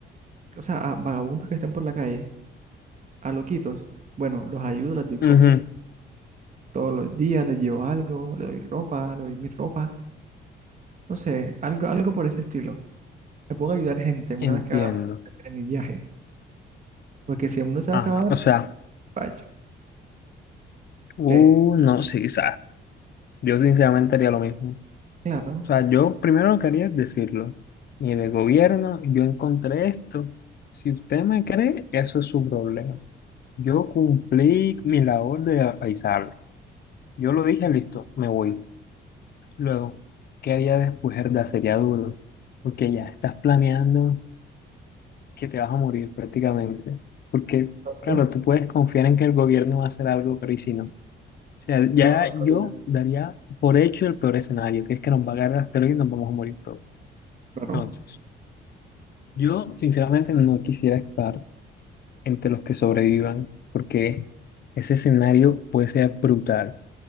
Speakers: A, on the right; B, on the left.
A: o sea, a vagabundos que estén por la calle, a loquitos. Bueno, los ayudo, les doy comida
B: Ujú,
A: Todos los días le llevo algo, le doy ropa, le doy mi ropa, no sé, algo, algo por ese estilo. Me pongo a ayudar gente una
B: Entiendo.
A: vez que haga- termine mi viaje, porque si el mundo se va
B: Ajá.
A: a acabar,
B: O sea,
A: vaya,
B: uh,
A: ¿qué?
B: no, sí, sabes. Yo sinceramente haría lo mismo. O
A: Claro,
B: sea, yo primero lo que haría es decirlo. Mire, gobierno, yo encontré esto. Si usted me cree, eso es su problema. Yo cumplí mi labor de avisarlo. Yo lo dije, listo, me voy. Luego, ¿qué haría después? Herda, sería duro. Porque ya estás planeando. que te vas a morir prácticamente. Porque, claro,
A: de
B: tú puedes confiar en que el gobierno va a hacer algo, pero ¿y si no? O sea, ya
A: a otra
B: yo
A: vida,
B: daría por hecho el peor escenario, que es que nos va a agarrar el asteroide y nos vamos a morir todos.
A: claro,
B: Entonces, yo sinceramente no quisiera estar entre los que sobrevivan, porque ese escenario puede ser brutal. O